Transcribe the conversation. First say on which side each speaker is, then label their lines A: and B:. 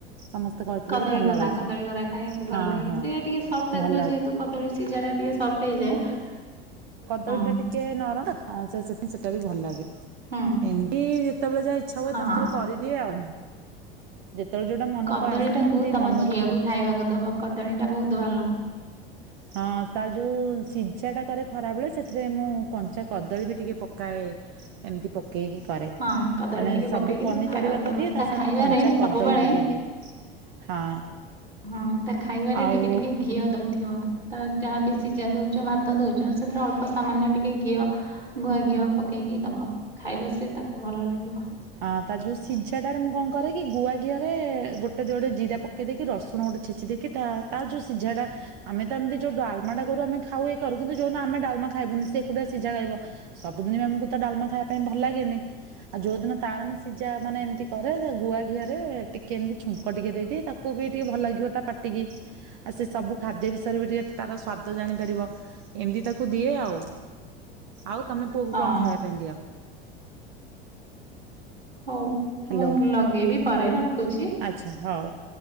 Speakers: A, on the right; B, on the right.
A: ସମସ୍ତେ କହିଥିଲେ ବି
B: କଦଳୀ
A: ଭଲ
B: ବରା।
A: ଲାଗୁଛି
B: କଦଳୀ ବରା ଖାଇବାକୁ ଭଲ
A: ହଁ
B: ଲାଗେ।
A: ହଁ
B: ସେଇୟା ଟିକେ ସଫ୍ଟ
A: ଭଲ
B: ଆସିବ ଯେହେତୁ କଦଳୀ ସିଝାଟା ଟିକେ ସପ୍ଟ୍ ହେଇଯାଏ।
A: କଦଳୀଟା
B: ହୁଁ
A: ଟିକେ ନରମ। ଅ ସେ ସେଥି ସେଟା ବି ଭଲ ଲାଗେ।
B: ହୁଁ
A: ଏମିତି ଯେତେବେଳେ ଯାହା ଇଚ୍ଛା ହୁଏ
B: ହଁ
A: ଥରେ ଥରେ କରିଦିଏ ଆଉ। ଯେତେବେଳେ ଯୋଉଟା ମନକୁ
B: କଦଳୀଟାକୁ
A: ଆସେ
B: ତମ
A: ମନରୁ
B: ଝିଅକୁ ଖାଇବାକୁ ଦବ। କଦଳୀଟା ବହୁତ ଭଲ।
A: ହଁ ହଁ ତା ଯୋଉ ସିଝାଟା କରେ ଖରାବେଳେ ସେଥିରେ ମୁଁ କଞ୍ଚା କଦଳୀ ବି ଟିକେ ପକାଏ। ଏମିତି ପକେଇକି କରେ
B: ହଁ କଦଳୀ
A: ମାନେ
B: ଟିକେ
A: ସବୁ
B: ପକେଇକି
A: ପନିପରିବା
B: ତାକୁ ଖାଇବାକୁ
A: ତ
B: ଦବ
A: ଦିଏ ତା ସାଙ୍ଗରେେ
B: ଖାଇବାରେ
A: କଞ୍ଚା କଦଳୀ
B: ସବୁବେଳେ
A: ଟିକେ ଦିଏ। ହଁ
B: ହଁ ତା ଖାଇବାରେ
A: ଆଉ
B: ଟିକେ ଟିକେ ଘିଅ ଦଉଥିବ। ତ ଯାହା ବିି ସିଝା ଦଉଚ ଭାତ ଦଉଚ ସେଥିରେ ଅଳ୍ପ ସାମାନ୍ୟ ଟିକେ ଘିଅ ଗୁଆ ଘିଅ ପକେଇକି ଦବ। ଖାଇବ ସେ ତାକୁ ଭଲ ଲାଗିବ।
A: ହଁ ତା ଯୋଉ ସିଝାଟାରେ ମୁଁ କଣ କରେ କି ଗୁଆ ଘିଅରେ ଗୋଟେ ଯୋଡେ ଜିରା ପ ପକେଇ ଦେଇକି ରସୁଣ ଗୋଟେ ଛେଚି ଦେଇକି ତା ତା ଯୋଉ ସିଝାଟା ଆମେ ତ ଏମିତି ଯୋଉ ଡାଲମା ଟା କରୁ ଆମେ ଖାଉ ଇଏ କରୁ କିନ୍ତୁ ଯୋଉ ଦିନ ଆମେ ଡାଲମା ଖାଇବୁନୁ ସେ ଏକୁଟିଆ ସିଝା ଖାଇବ। ସବୁଦିନେ ଆମକୁ ତ ଡାଲମା ଖାଇବା ପାଇଁ ଭଲ ଲାଗେନି, ଆଉ ଯୋଉଦିନ ତାର ମୁଁ ସିଝା ମାନେ ଏମିତି କରେ ଗୁଆ ଘିଅରେ ଟିକେ ଏମିତି ଛୁଙ୍କ ଟିକେ ଦେଇ ଦିଏ, ତାକୁ ବି ଟିକେ ଭଲ ଲାଗିବ ତା ପାଟିକି। ଆଉ ସେ ସବୁ ଖାଦ୍ୟ ବିଷୟରେ ବି ଟିକେ ତାର ସ୍ଵାଦ ଜାଣିପାରିବ ଏମିତି ତ କୁ ଦିଏ ଆଉ, ଆଉ ତମେ ପୁଅକୁ
B: ହଁ
A: କଣ ଖାଇବା ପାଇଁ ଦିଅ?
B: ହଉ
A: ହ୍ୟାଲୋ
B: ମୁଁ ଲଗେଇବି ପରେ ରଖୁଛି।
A: ଆଚ୍ଛା ହଉ